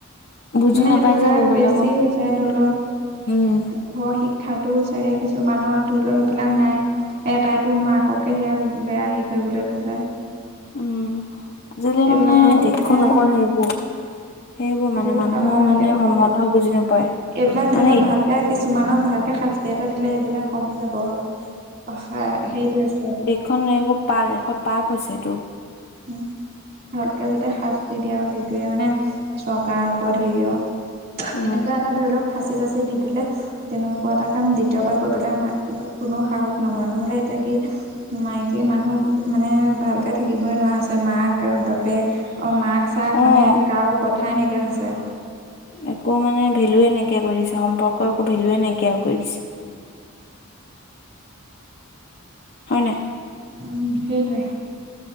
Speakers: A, on the left; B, on the right.
A: বুজি
B: মানে
A: নাপায়
B: সেইটো হাৰ
A: যে সৰুবিলাকক
B: বেছি হৈছে ধৰি লও ঘৰৰ
A: উম।
B: শিক্ষা ক্ষাতু চাগে কিছুমানৰ ধৰিলেই বিলাক নাই। এটাইতোৰ মাককে সেয়া বেয়া হে কৰিবলৈ লৈছে।
A: উম আজিকালি
B: এইবিলাকৰ
A: মানে
B: পৰা
A: দেশখন
B: সঁচাকে
A: অকল সেইবোৰ। সেইবোৰ মানে
B: বহুত
A: মানুহৰ
B: সাৱধানকে
A: মানে
B: থাকিব
A: সম্বন্ধ
B: লাগিব
A: বুজি নোপায়
B: এইবিলাক ধৰি
A: মানে
B: লওক ভালকে কিছুমানক ভালকে শাস্তি এটা দিলে এইবিলাক কমি যাব। ভাষা সেইটোৱে চ
A: এখন এইবোৰ পাপ এখন পাপ হৈছে এইটো।
B: উম ভালকে যাতে শাস্তি দিয়ে আৰু সেইটোয়ে মানে চৰকাৰৰ ওপৰত হেৰিও
A: উম।
B: এনেকুৱা এটা ধৰি লওক ফাঁচি চাচি দি দিলে তেনেকুৱা এটা কাম দ্বিতীয়বাৰ কৰিবলৈ আমাৰ কোনো সাহস নকৰে নহলে এতিয়া কি মাইকী মানুহ মানে ভালকে থাকিব বই নোৱাৰা হৈছে মাক বাপে অঁ মাক চাক
A: অ',
B: মানে কাৰো কথাই নাইকিয়া হৈছে
A: একো মানে ভেলুৱয়ে নাইকিয়া কৰি দিছে সম্পৰ্কৰ একো ভেলুয়ে নাইকিয়া কৰি দিছে। হয় নাই?
B: উম সেইদৰে।